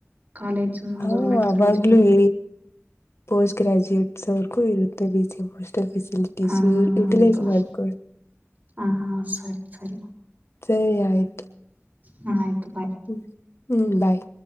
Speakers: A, on the right; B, on the left.
A: ಕಾಲೇಜು ಆ
B: ಹ
A: ಗೌರ್ಮೆಂಟ್ ಕಾಲೇಜ್ಗಳೇ
B: ಅವಾಗ್ಲೂ ಏ ಪೋಸ್ಟ್ ಗ್ರಾಜುಯೇಟ್ಸ್ ಅವ್ರರ್ಗೂ ಇರುತ್ತೇ B C M hostel office
A: ಹಾ
B: ಯುಟಿಲೈಸ್
A: ಹೌದು
B: ಮಾಡ್ಕೊಳ್ಳಿ
A: ಹಾ ಸರಿ ಸರಿ
B: ಸರಿ ಆಯ್ತು
A: ಹ ಆಯ್ತು ಬಾಯ್
B: ಹ್ಮ್ ಹ್ಮ್ ಬಾಯ್